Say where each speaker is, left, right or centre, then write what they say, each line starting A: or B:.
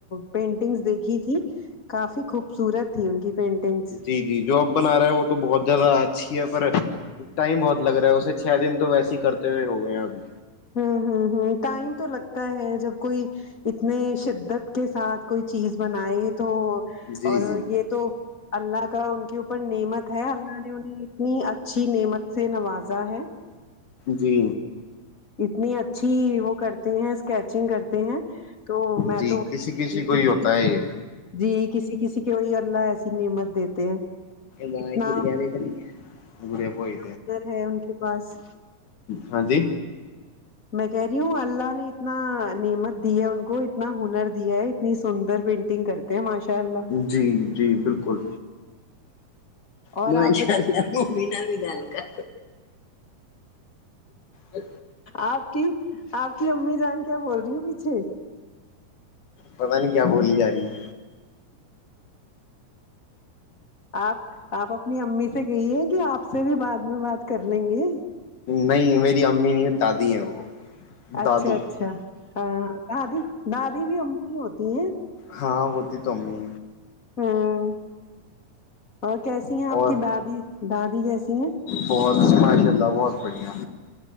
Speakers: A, on the left; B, on the left.
A: پینٹنگس دیکھی تھی کافی خوبصورت تھی ان کی پینٹنگ
B: جی جی جو اب بنا رہے ہے وہ تو بہت زیادہ اچھی ہے پر ٹائم بہت لگ رہا ہے اسے چھ دن تو ویسے کرتے ہوئے ہو گئے ہیں ابھی
A: ہوں ہوں ہوں ٹائم تو لگتا ہے جب کوئی اتنے شدت کے ساتھ کوئی چیز بنائے تو
B: جی
A: اور
B: جی
A: یہ تو اللہ کا ان کے اوپر نعمت ہے اللہ نے انہیں اتنی اچھی نعمت سے نوازا ہے
B: جی
A: اتنی اچھی وہ کرتے ہیں اسکیچنگ کرتے ہیں تو میں
B: جی
A: تو وہی
B: کسی
A: کہہ
B: کسی
A: رہی
B: کو
A: تھی
B: ہی
A: کہ
B: ہوتا ہے یہ
A: جی کسی کسی کے وہئی اللہ ایسی نعمت دیتے ہیں
B: ماہ
A: اتنا
B: گڑیا تو نہیں ہے گڑیا کووائی
A: ہنر ہے ان کے پاس
B: ہاں جی
A: میں کہہ رہی ہوں اللہ نے اتنا نعمت دی ہے ان کو اتنا ہنر دیا ہے اتنی سندر پینٹنگ کرتی تھ ماشل
B: جی جی بالکل
A: اور
B: میں
A: آپ
B: ان
A: بتائیے
B: شاء اللہ مومی بھی گال کر ا
A: آپ کی آپ کی امی جان کیا بول رہی پیچھے
B: پتا نہیں کیا بولی جا رہی ہے
A: آپ آپ اپنی امی سے گئی ہے کہ آپ سے بھی بعد میں بات کر لیں گے
B: نہیں میری امی نہیں دادی ہیں وہ
A: اچھا
B: دادو
A: اچھا دادی دادی بھی ام کی ہوتی ہیں
B: ہاں ہوتی تومی
A: ہوں اور کیسی ہیں آپ
B: اور
A: کی دادی دادی کیسی ہیں
B: بہت ماشاء اللہ بہت بڑھیا